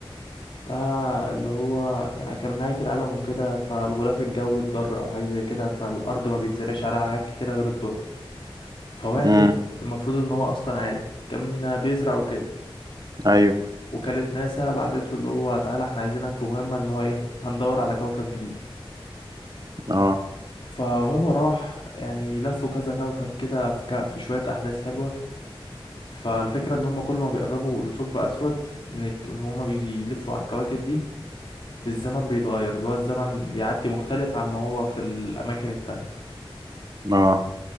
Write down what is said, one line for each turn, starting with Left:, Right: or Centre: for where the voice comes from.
Left: ده اللي هو كان نهاية العالم وكده فالغلاف الجوي اتضر او حاجة زي كده فالارض ما بيتزرعش عليها حاجات كتيرة غير الذرة فواحد
Right: امم
Left: المفروض ان هو اصلا عالم كان بيزرع وكده
Right: ايوه
Left: وكالة ناسا بعتت له اللي هو تعالى احنا عايزينك في مهمة ان هو ايه هندور على كوكب جديد
Right: اه
Left: فهو راح يعني لفوا كذا كوكب كده في, ك... في شوية أحداث حلوة فالفكرة ان هم كل ما بيقربوا لثقب أسود من الك... هم بيلفوا على الكواكب دي الزمن بيتغير اللي هو الزمن بيعدي مختلف عما هو في الأماكن التانية
Right: اه